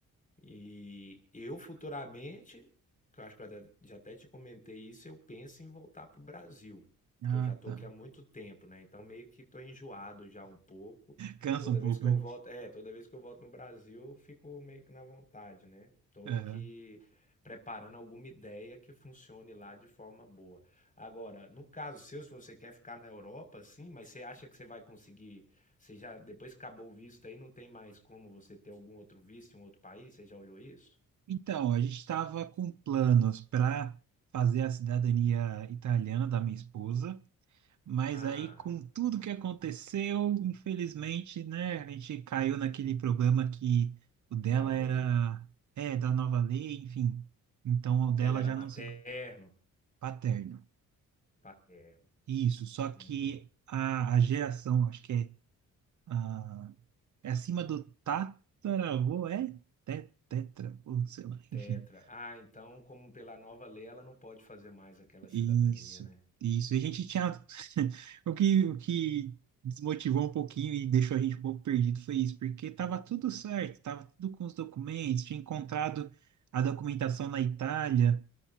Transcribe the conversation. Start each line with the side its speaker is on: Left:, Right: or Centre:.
Left: E eu futuramente, que eu acho que eu até- já até te comentei isso, eu penso em voltar para o Brasil, porque
Right: Ah,
Left: eu já estou
Right: tá.
Left: aqui há muito tempo, né? Então meio que estou enjoado já um pouco.
Right: Cansa
Left: Toda
Right: um
Left: vez
Right: pouco,
Left: que eu
Right: né?
Left: volto, é, toda vez que eu volto no Brasil, eu fico meio que na vontade, né? Estou
Right: É.
Left: aqui preparando alguma ideia que funcione lá de forma boa. Agora, no caso seu, se você quer ficar na Europa, sim, mas você acha que você vai conseguir você já, depois que acabou o visto aí, não tem mais como você ter algum outro visto em um outro país? Você já olhou isso?
Right: Então, a gente estava com planos para fazer a cidadania italiana da minha esposa. Mas
Left: Ah,
Right: aí, com tudo que aconteceu, infelizmente, né, a gente caiu naquele problema que o dela
Left: da lei.
Right: era, é, da nova lei, enfim. Então, o dela
Left: Dela era
Right: já não
Left: materno,
Right: se paterno.
Left: paterno.
Right: Isso, só que
Left: Uhum.
Right: a, a geração, acho que é, a, é acima do tataravô, é? Te- tetra, ou sei lá,
Left: Tetra.
Right: enfim.
Left: Ah, então, como pela nova lei, ela não pode fazer mais aquela
Right: Isso,
Left: cidadania, né?
Right: isso. E a gente tinha. <laughs> O que, o que desmotivou um pouquinho e deixou a gente um pouco perdido foi isso, porque estava tudo certo, estava tudo com os documentos, tinha encontrado a documentação na Itália,